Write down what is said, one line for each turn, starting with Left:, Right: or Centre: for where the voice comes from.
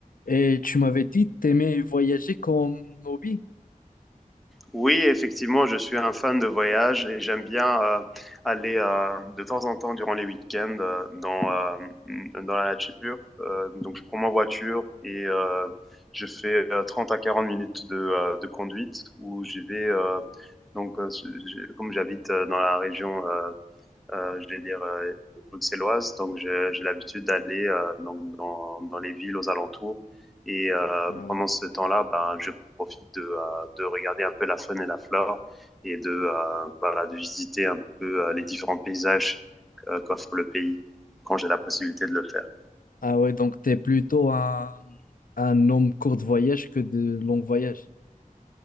Left: Et tu m'avais dit que t'aimais voyager comme hobby.
Centre: Oui, effectivement, je suis un fan de voyage et j'aime bien euh, aller euh, de temps en temps durant les week-ends euh, dans, euh, dans la nature. Euh, donc, je prends ma voiture et euh, je fais euh, 30 à 40 minutes de, euh, de conduite où j'y vais. euh, donc, euh, j'ai- comme j'habite euh, dans la région euh, euh, je vais dire, euh, bruxelloise. Donc, j'ai l'habitude d'aller euh, donc dans, dans, les villes aux alentours. Et euh,
Left: Ah
Centre: pendant
Left: ouais.
Centre: ce temps-là, ben, je profite de, euh, de, regarder un peu la faune et la flore et de, euh, voilà, de visiter un peu euh, les différents paysages euh, qu'offre le pays quand j'ai la possibilité de le faire.
Left: Ah ouais, donc t'es plutôt un, un homme court de voyage que de long voyage.